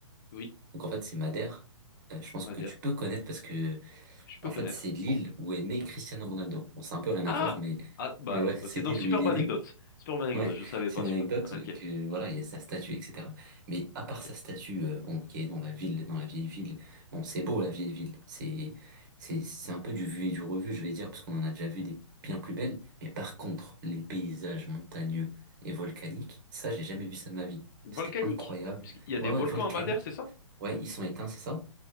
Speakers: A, on the left; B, on the right.
A: Oui,
B: Donc en fait, c'est Madère. Euh, je pense
A: Madère,
B: que tu peux connaître parce que
A: je peux
B: en
A: connaître.
B: fait, c'est l'île où est né Cristiano Ronaldo. Bon, c'est un peu rien
A: Ah!
B: à voir, mais
A: Ah, bah,
B: mais ouais, c'est
A: ok.
B: l'île
A: Non, superbe
B: où il est né.
A: anecdote. Superbe anecdote,
B: Ouais,
A: je savais
B: c'est
A: pas
B: une
A: celui-là.
B: anecdote
A: Ok,
B: que voilà, il y a sa statue, etc. Mais à part
A: ok.
B: sa statue, euh, bon, qui est dans la ville, dans la vieille ville, bon, c'est beau la vieille ville. C'est, c'est, c'est un peu du vu et du revu, je vais dire, parce qu'on en a déjà vu des bien plus belles. Mais par contre, les paysages montagneux et volcaniques, ça, j'ai jamais vu ça de ma vie.
A: Volcanique.
B: C'était incroyable.
A: Puisqu'il y a
B: Ouais,
A: des
B: ouais,
A: volcans
B: volcanique.
A: à Madère, c'est ça?
B: Ouais, ils sont éteints, c'est ça.